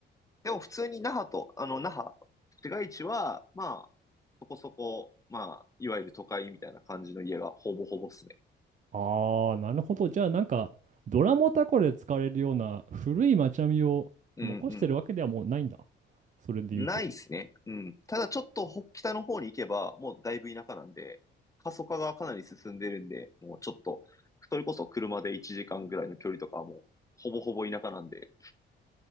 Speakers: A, on the left; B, on the right.
A: でも普通に那覇と、あの、那覇、市街地は、まあ、そこそこ、まあ、いわゆる都会みたいな感じの家がほぼほぼっすね。
B: ああ、なるほど。じゃあ、なんか、ドラモタコで使われるような古い街並みを残してるわけではもうないんだ。
A: うんうん。
B: それで言うと、
A: ないっすね。うん。ただちょっとほ北の方に行けば、もうだいぶ田舎なんで、過疎化がかなり進んでるんで、もうちょっと、それこそ車で1時間ぐらいの距離とかはもう、ほぼほぼ田舎なんで、